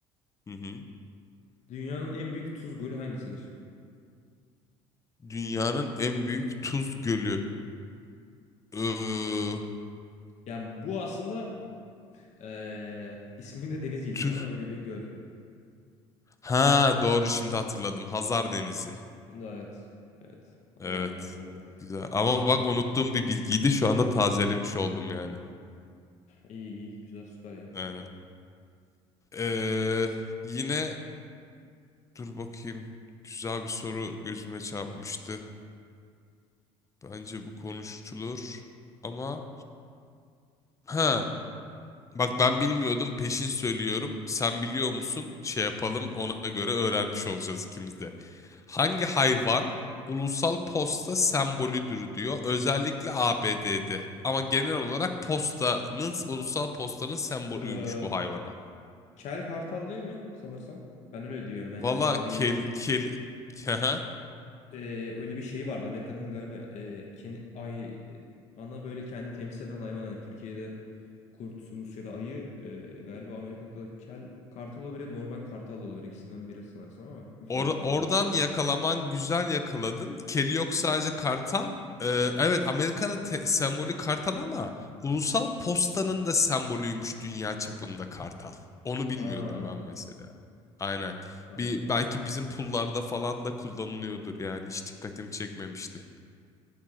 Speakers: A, on the left (about 20°); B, on the left (about 55°).
A: Hı hı.
B: Dünyanın en büyük tuz gölü hangisidir?
A: Dünyanın en büyük tuz gölü. Iıı,
B: Yani bu aslında eee isminde deniz geçiyor
A: Tür.
B: ama öyle bir göl.
A: Ha doğru şimdi hatırladım. Hazar Denizi.
B: Evet. Evet. Hazar
A: Evet.
B: Denizi olacak.
A: Güzel. Ama bak unuttuğum bir bilgiydi. Şu anda tazelemiş oldum yani.
B: İyi iyi. Güzel süper ya.
A: Aynen. Ee, yine dur bakayım. Güzel bir soru gözüme çarpmıştı. Bence bu konuşulur. Ama ha Bak ben bilmiyordum peşin söylüyorum. Sen biliyor musun? Şey yapalım ona göre öğrenmiş olacağız ikimiz de. Hangi hayvan ulusal posta sembolüdür diyor. Özellikle ABD'de. Ama genel olarak postanın ulusal postanın sembolüymüş
B: Ee,
A: bu hayvana.
B: Kel Kartal değil mi sanırsam? Ben öyle diyorum. Yani
A: Valla
B: Amerika'da gene
A: kel, kel, <laughs>
B: e, öyle bir şey vardı. Amerika'nın galiba e, kendi, ay, e, ana böyle kendi temsil eden hayvan. Yani Türkiye'de kurt, Rusya'da ayı. e, galiba Amerika'da da kel kartal olabilir. Normal kartal olabilir. İkisinden biri sanırsam ama büyük ihtimalle
A: Or-
B: kartal.
A: oradan yakalaman güzel yakaladın. Keli yok sadece kartal. Ee, evet Amerika'nın te- sembolü kartal ama ulusal postanın da sembolüymüş dünya çapında kartal. Onu bilmiyordum
B: Ha,
A: ben mesela. Aynen.
B: tamam.
A: Bir belki bizim pullarda falan da kullanılıyordur yani hiç dikkatimi çekmemişti.